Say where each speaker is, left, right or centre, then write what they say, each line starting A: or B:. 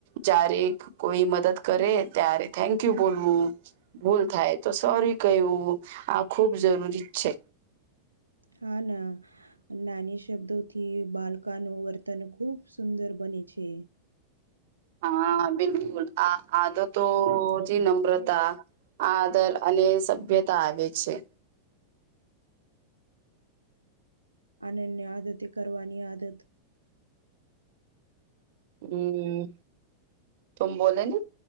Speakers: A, on the right; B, on the right.
A: જ્યારે કોઈ મદદ કરે ત્યારે થેન્ક યુ બોલવું. ભૂલ થાય તો સોરી કવું આ ખુબ જરૂરી જ છે.
B: હા ના. નાની શબ્દોથી બાલકા નું વર્તન ખુબ સુંદર બને છે.
A: હા બિલકુલ આ આદ તો જ નમ્રતા આ દર અને સભ્યતા આવે છે.
B: આન એને આદતે કરવાની આદત
A: હમ તુમ બોલેને